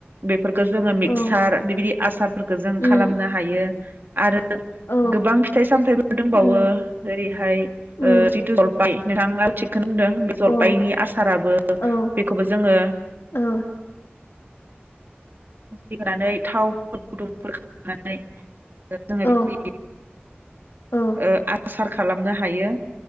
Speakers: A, on the right; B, on the left.
A: बेफोरखौ जोङो मिक्सार
B: औ
A: बेबायदि आसारफोरखौ जों
B: उम
A: खालामनो हायो। आरो
B: औ
A: गोबां फिथाइ सामथायाइफोर दोंबावो
B: उम
A: जेरैहाय
B: उम
A: जल बाय <unintelligible> <unintelligible> बे जलफायनि
B: औ
A: आसाराबो
B: औ ओ
A: बेखौबो जोङो
B: औ
A: <unintelligible> थाव गुदुंफोर खालामनानै जोङो
B: औ
A: <unintelligible>
B: औ
A: ओ‌ आसार खालामनो हायो